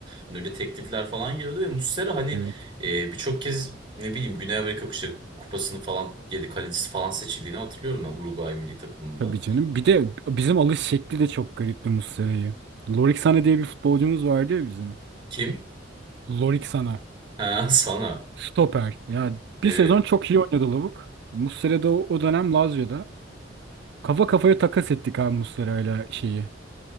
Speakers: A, on the right; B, on the right.
A: Hani öyle teklifler falan geliyordu ve Muslera hani
B: Evet.
A: eee, birçok kez ne bileyim Güney Amerika Kupası- Kupası'nı falan yedi kalecisi falan seçildiğini hatırlıyorum ben Uruguay milli takımında.
B: Tabii canım. Bir de bizim alış şekli de çok garipti Muslera'yı. Lorik Sana diye bir futbolcumuz vardı ya bizim.
A: Kim?
B: Lorik Sana.
A: Ha <laughs> sana.
B: Stoper. Ya
A: Evet.
B: bir sezon çok iyi oynadı lavuk. Muslera da o o dönem Lazio'da. Kafa kafaya takas ettik abi Muslera'yla şeyi.